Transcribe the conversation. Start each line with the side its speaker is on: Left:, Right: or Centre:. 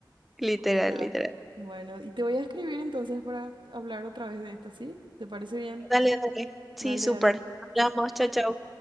Centre: Literal,
Right: Cuesta.
Centre: literal.
Right: Bueno, y te voy a escribir entonces para hablar otra vez de esto, ¿sí? ¿Te parece bien?
Centre: Dale, dale. Sí,
Right: Dale,
Centre: súper.
Right: dale. Chao,
Centre: Hablamos,
Right: chao.
Centre: chao, chao.